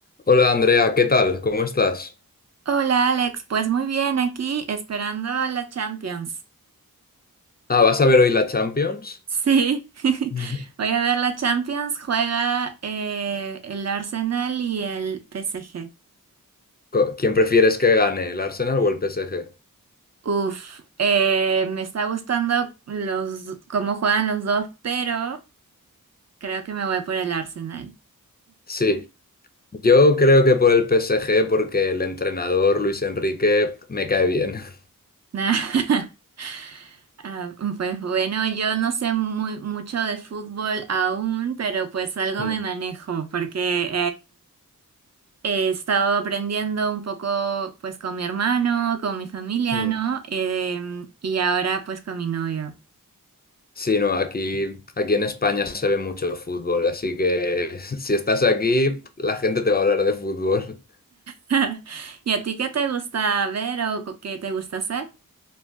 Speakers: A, on the left (about 30°); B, on the right (about 50°).
A: Hola Andrea, ¿qué tal? ¿Cómo estás?
B: Hola Alex, pues muy bien, aquí esperando la Champions.
A: Ah, ¿vas a ver hoy la Champions?
B: Sí, <laughs>
A: <laughs>
B: voy a ver la Champions, juega eh, el Arsenal y el PSG.
A: Co- ¿Quién prefieres que gane, el Arsenal o el PSG?
B: Uf, eh, me está gustando los cómo juegan los dos, pero creo que me voy por el Arsenal.
A: Sí, yo creo que por el PSG porque el entrenador Luis Enrique me cae bien. <laughs>
B: <laughs> Ah, pues bueno, yo no sé muy, mucho de fútbol aún, pero pues algo
A: Mm,
B: me manejo, porque He estado aprendiendo un poco pues con mi hermano, con mi familia,
A: mm.
B: ¿no? Em, y ahora pues con mi novio.
A: Sí, no, aquí, aquí en España se ve mucho fútbol, así que <laughs> si estás aquí, la gente te va a hablar de fútbol.
B: <laughs> ¿Y a ti qué te gusta ver o co- qué te gusta hacer?